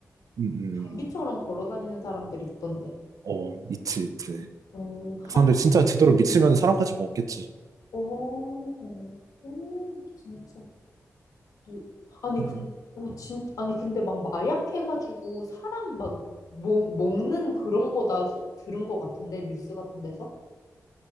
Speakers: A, on the right; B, on the left.
A: 음, 음.
B: 좀비처럼 걸어 다니는 사람들 있던데.
A: 어, 있지, 있지.
B: 어,
A: 그 사람들
B: 아,
A: 진짜 제대로
B: 음.
A: 미치면 사람까지 먹겠지.
B: 어, 오, 오, 진짜. 이- 아니,
A: 네.
B: 근, 오, 진, 아니, 근데 막 마약해가지고 사람 막 먹, 먹는 그런 거다 소- 들은 거 같은데, 뉴스 같은 데서?